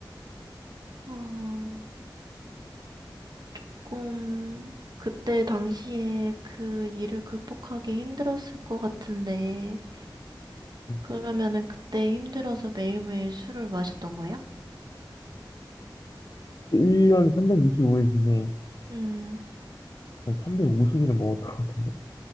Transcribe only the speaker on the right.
어, 조금 그때 당시에 그 일을 극복하기 힘들었을 것 같은데,
그러면은 그때 힘들어서 매일매일 술을 마셨던 거야?
음,